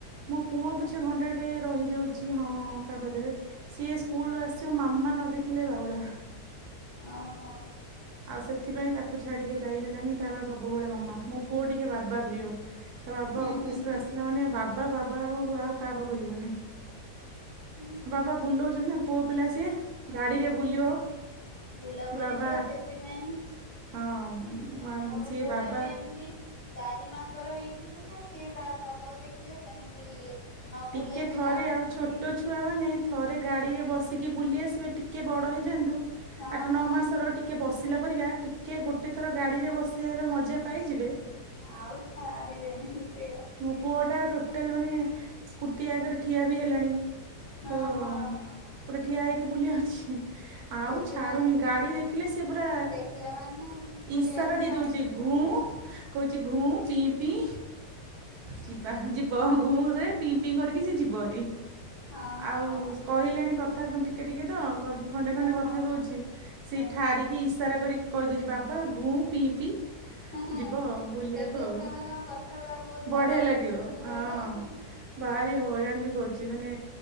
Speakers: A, on the right; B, on the left.
A: ମୋ ପୁଅ
B: ଓହୋ
A: ପଛେ ଘଣ୍ଟାଟେ ରହିଯାଉଛି ହଁ କାହା ପାଖରେ ସିଏ ସ୍କୁଲରୁ ଆସିବ ମାମା ନ ଦେଖିଲେ ବାଉଳା।
B: ଓହୋ।
A: ଆଉ ସେଥିପାଇଁ ତାକୁ ଛାଡ଼ିକି ଯାଇ ହେଲୋନି ତାର ସବୁବେଳେ ମାମା, ମୋ ପୁଅ ଟିକେ ବାବା ପ୍ରିୟ। ତା ବାବା
B: ହୁଁ
A: ଅଫିସରୁ
B: ହୁଁ ହୁଁ
A: ଆସିଲା ମାନେ ବାବା ବାବା ଆଉ ଆଉ କାହା ପାଖକୁ ଯିବନାହିଁ।
B: ଉ ହୁଁ।
A: ବାବା ବୁଲଉଛନ୍ତି ନା ପୁଅ ପିଲା ସିଏ ଗାଡ଼ିରେ
B: ସେ
A: ବୁଲିବ
B: ବୁଲାବୁଲି
A: ବାବା।
B: ତ ସେଥିପାଇଁ
A: ହଁ ଉ ମା
B: ମୋର
A: ସିଏ
B: ପୁଅଟା
A: ବାବା
B: ବି ଏମିତି ଚାରି ମାସର ହେଇଛି ସିନା ସିଏ ତା ବାପା ଦେଖିଲେ ସେମିତି ନ
A: ଟିକେ
B: ବୁଲେଇଲେ
A: ଥରେ
B: କାନ୍ଦୁଛି।
A: ଆଉ ଛୋଟ ଛୁଆ ମାନେ ଥରେ ଗାଡି ରେ ବସି ଟିକେ ବୁଲି ଆସିବେ ଟିକେ ବଡ ହେଇଯାନ୍ତୁ
B: ହଁ
A: ଆଠ ନଅ ମାସ ଟି ଟିକେ ବସିଲା ପରିକା ଯାହା ଟିକେ ଗୋଟେ ଥର ଗାଡିରେ ବସିବାର ମଜା ପାଇଯିବେ।
B: ଆଉ ଛାଡ଼ିବେନି ସେ।
A: ମୋ ପୁଅଟା ଟୋଟାଲି ମାନେ ସ୍କୁଟି ଆଗରେ ଠିଆବି ହେଲାଣି
B: ହଁ
A: ତ
B: ହଁ
A: ପୁରା ଠିଆହେଇକି ବୁଲିଆଉଛି। ଆଉ
B: ସେଥିପାଇଁ
A: ଛାଡ଼ନି ଗାଡ଼ି ଦେଖିଲେ ସେ ପୁରା
B: ଦେଖିଲା ମାନେ ବୁଲିବାକୁ
A: ଇଶାରା ଦେଇଦଉଛି
B: ବାହାରି ପଡୁଛନ୍ତି
A: ଘୁଁ।
B: ଆଉ।
A: କହୁଛି ଘୁଁ ପିଇ ପିଇ ଯିବା ଯିବ ଘୁଁରେ। ପି ପି କରିକି ସେ ଯିବରି
B: ହଁ
A: ଆଉ
B: ହଁ।
A: କହିଲାଣି କ କଥା ଟିକେ ଟିକେ ତ ଖଣ୍ଡେ
B: ହଁ
A: ଖଣ୍ଡେ କଥା
B: ହଁ ହଁ
A: କହୁଛି ସେ
B: ଆଚ୍ଛା।
A: ଠାରିକି ଇସ୍। ସାରା କରିକି କହିଦେଉଛି ବାବା ଘୁଁ ପିଇ ପିଇ
B: ହେଁ ହେଁ
A: ଯିବ ଆଉ ବୁଲିବାକୁ
B: ଏବେ
A: ଆଉ
B: ସେମାନଙ୍କ କଥା ଗୁଡା ବହୁତ ମଜା
A: ବଢିଆ ଲାଗିବ
B: ଶୁଣିବାକୁ
A: ହଁ।
B: ଆଉ।
A: ଭାରି ହଇରାଣ ବି କରୁଛି ମାନେ